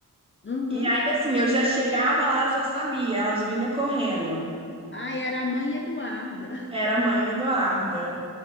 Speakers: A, on the left (about 35°); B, on the right (about 15°).
A: Uhum.
B: E aí, assim, eu já chegava lá, eu já sabia, elas vinham correndo.
A: Ai, era a mãe Eduarda.
B: Era a mãe Eduarda.